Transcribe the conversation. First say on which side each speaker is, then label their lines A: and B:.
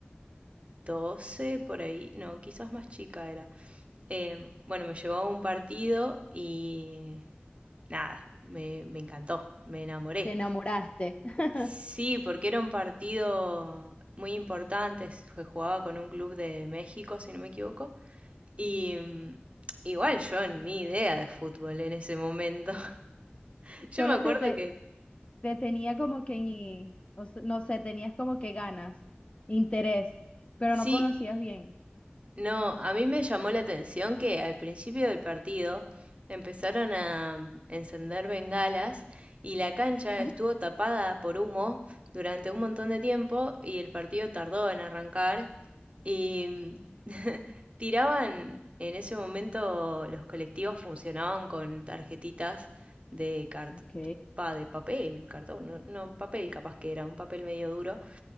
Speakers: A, on the right; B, on the left.
A: 12 por ahí, no, quizás más chica era. Eh, bueno, me llevó a un partido y nada, me, me encantó, me enamoré.
B: Te enamoraste. <laughs>
A: Sí, porque era un partido muy importante, se jugaba con un club de México, si no me equivoco. Y mm, igual yo ni idea de fútbol en ese momento. <laughs> Yo
B: Solo
A: me acuerdo
B: te, te,
A: que
B: te tenía como que, ñi- o se- no sé, tenías como que ganas, interés, pero
A: sí,
B: no conocías bien.
A: No, a mí me llamó la atención que al principio del partido empezaron a encender bengalas y la cancha
B: Ah,
A: estuvo tapada por humo durante un montón de tiempo y el partido tardó en arrancar y <laughs> tiraban en ese momento los colectivos funcionaban con tarjetitas de cart-
B: Ok.
A: pa- de papel, cartón, no, no, papel capaz que era, un papel medio duro